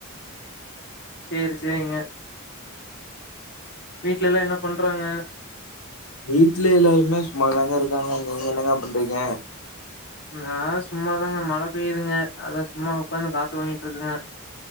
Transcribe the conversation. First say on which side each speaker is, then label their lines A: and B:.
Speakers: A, on the left (about 50°); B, on the left (about 80°).
A: சேரி, சேரிங்க வீட்லல்லா என்ன பண்றாங்க
B: வீட்ல எல்லாருமே சும்மாதாங்க இருக்காங்க நீங்க என்னங்க பண்றீங்க
A: நா சும்மாதாங்க மழ பெய்துங்க அதா சும்மா உப்பாந்து காத்து வாங்கிட்ருக்கங்க